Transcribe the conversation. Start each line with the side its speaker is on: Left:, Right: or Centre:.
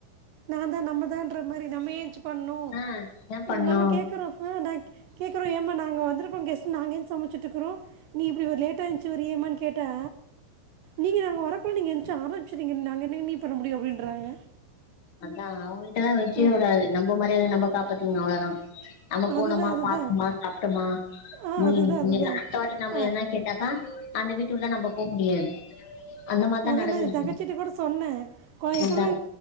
Right: நா தா நம்ம தாகுற மாதிரி நம்ம ஏன் பண்ணுவோ
Left: ஆ ஏ பண்ணு
Right: நம்ம கேக்குறோ அ நா ஏன் நா கேக் கேக்குறோ ஏமா நாங்க வந்திருக்கோ கெஸ்ட் நாங்க எந்திச்சி சமச்சிட்டு இருக்கோ நீ இப்படி ஒரு லேட் எந்திச்சி த்திச்சு வரியேமானு கேட்டா நீங்க நாங்க வரக்குள்ள நீங்க எந் ஆரம்பிச்சிரங்க நாங்க என்னங்கண்ணி பண்ண முடியு அப்படின்றாங்க
Left: அதா அவுங்கள்ட்டலாம் வச்சிக்க
Right: ம்,
Left: கூடாது நம்ப மரியாதய நம்ப காப்பாத்திகனு அவ்ளோதா அம்ம போனமா
Right: அதுதான் அதுதான்
Left: பாத்தமா சாப்டோமா
Right: ஆ
Left: உ
Right: அதுதான்
Left: இங்க
Right: அதுதான்
Left: நாத்தவட்டி நம்ம
Right: ஆ
Left: என்னன்னு கேட்டாக்கா அந்த வீட்டு உள்ள நம்ம போக முடியாது அந்த மாரிதா
Right: அதா
Left: நடக்குது
Right: நா என் தங்கச்சிட்ட கூட சொன்னே கொ எப்பமே
Left: அதா